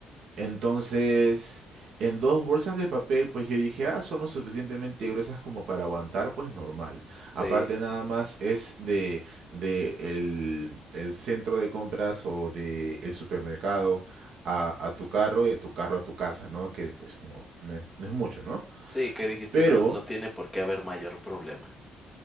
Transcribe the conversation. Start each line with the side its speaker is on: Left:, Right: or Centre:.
Right: Entonces, en dos bolsas de papel, pues yo dije, ah, son lo suficientemente gruesas como para aguantar, pues normal.
Centre: sí,
Right: Aparte nada más es de, de el, el centro de compras o de el supermercado a, a tu carro y de tu carro a tu casa, ¿no? Que pues no, no es, no es mucho, ¿no?
Centre: sí, ¿qué dijiste?
Right: Pero
Centre: No, no tiene por qué haber mayor problema.